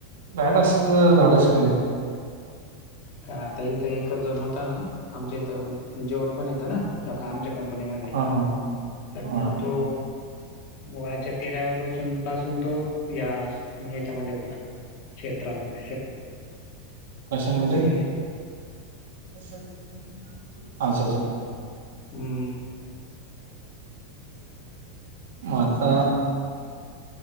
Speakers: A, on the right; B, on the left.
A: बॅट अस धाडस केले
B: कारण आता इथं एक जण होत ना आमच्या इथं जेवण पण येतं ना ल आमच्या कंपनीमध्ये
A: हा हा
B: तर
A: हा
B: मग तो व्याच्या तेराव्यापासून पासून तो या याच्यामध्ये होता. क्षेत्रामध्ये
A: कसं म्हज
B: ते
A: अच्छा अच्छा!
B: हम्म
A: आता